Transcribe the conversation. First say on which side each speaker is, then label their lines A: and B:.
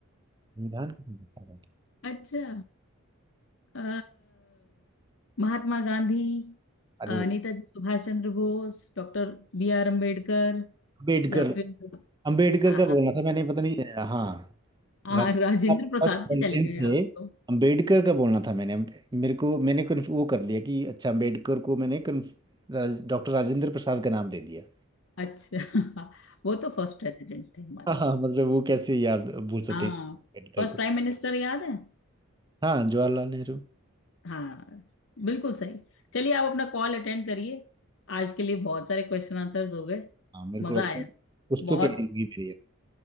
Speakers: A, on the right (about 20°); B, on the left (about 60°).
A: संविधान किसने लिखा था
B: अच्छा अ, महात्मा गांधी
A: अरे
B: अ,
A: वो
B: Netaji Subhash Chandra Bose doctor B R Ambedkar
A: अम्बेडकर
B: या फिर
A: अम्बेडकर
B: हाँ
A: का बोलना
B: हाँ
A: था मैंने पता नहीं हाँ
B: हाँ,
A: राजेंद्र
B: राजेंद्र
A: फर्स्ट
B: प्रसाद
A: प्रेसिडेंट
B: पे चले गए
A: थे
B: आप तो
A: अम्बेडकर का बोलना था मैंने मेरे को मैंने कन्फ- वो कर लिया कि अच्छा अम्बेडकर को मैंने डॉक्टर राजेंद्र प्रसाद का नाम दे दिया
B: अच्छा <laughs> वो तो फर्स्ट प्रेसिडेंट थे हमारे
A: हाँ हाँ मतलब वो कैसे याद भूल सकते
B: हाँ
A: हैं <laughs> अम्बेडकर
B: फर्स्ट प्राइम
A: को
B: मिनिस्टर याद है
A: हाँ जवाहरलाल नेहरू
B: हाँ बिल्कुल सही चलिए आप अपना कॉल अटेंड करिए आज के लिए बहुत सारे क्वेश्चन आंसर्स हो गए
A: हाँ मेरे
B: मजा
A: को लगता
B: आया
A: है कुछ तो
B: बहुत
A: तैयारी हुई मेरी